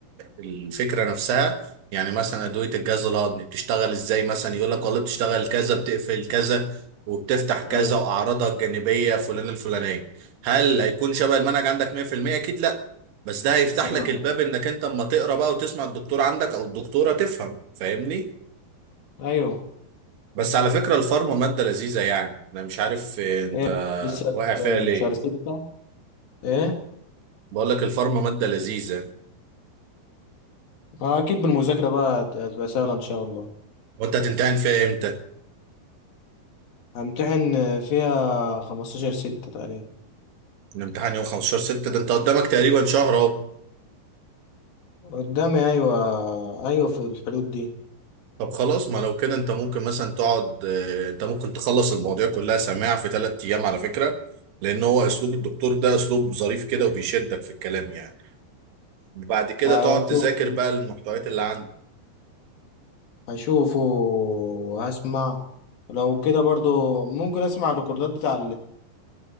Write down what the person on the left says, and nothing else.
ايوه
ايوه
ايوه
إيه. لسه
في
شهر ستة ايه
آه، اكيد بالمذاكرة بقى هت- هتبقى سهلة ان شاء الله
همتحن فيها خمستاشر ستة تقريبا
قدامي ايوه ايوه في الحدود دي
هشوفه
هشوفه وهسمع لو كده برضو ممكن اسمع الريكوردات بتاع